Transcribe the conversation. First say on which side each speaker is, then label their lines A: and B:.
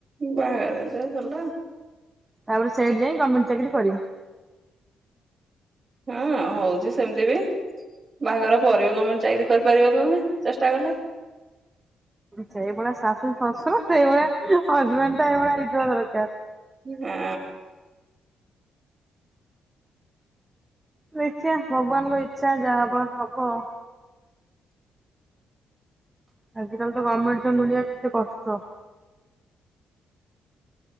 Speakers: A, on the right (about 35°); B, on the right (about 20°).
A: ବାହାଘର ହେଲେ ଗଲା।
B: ତାପରେ ସେଇଠି ଯାଇକି ଗମେଣ୍ଟ ଚାକିରୀ କରିବୁ।
A: ହଁ ହଉଛି ସେମିତି ବି। ବାହାଘର ପରେ ବି ଗମେଣ୍ଟ ଚାକିରି କରିପାରିବ ତମେ ଚେଷ୍ଟା କଲେ।
B: ସେଇଭଳିଆ ଶାଶୁ ଶଶୁର ସେଇଭଳିଆ ହଜବେଣ୍ଡ ତ ଏଇଭଳିଆ ହେଇଥିବା ଦରକାର।
A: ହୁଁ।
B: ଦେଖିବା ଭଗବାନଙ୍କ ଇଚ୍ଛା ଯାହା ହବା କଥା ହବ। ଆଜି କାଲି ତ ଗମେଟ ଜବ ମିଳିବା କେତେ କଷ୍ଟ।